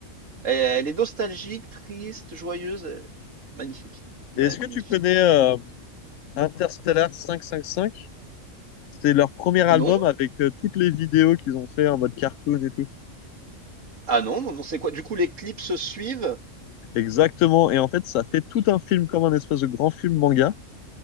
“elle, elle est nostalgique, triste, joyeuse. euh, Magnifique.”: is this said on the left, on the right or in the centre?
Right